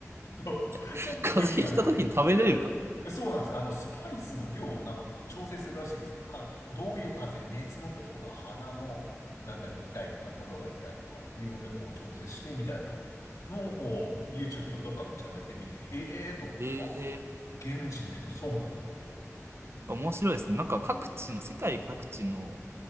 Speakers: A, on the left; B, on the right.
A: と、
B: <laughs>
A: ちょっと元気がないという。
B: 風邪ひいた時に食べれるか。
A: そうなんですよ。あの、スパイスの量をなんか調整するらしいんですね。か、どういう風邪、
B: おー。
A: 熱の時とか鼻の、なんだ、痛いとか、喉が痛いとかっていうので、こう調整してみたいなのを、こう、
B: うんうん。
A: YouTube のどっかのチャンネルで見て、へえーと思って、
B: へえ。
A: あ、現地の人そうなんだと。
B: 面白いですね。なんか各地の、世界各地の、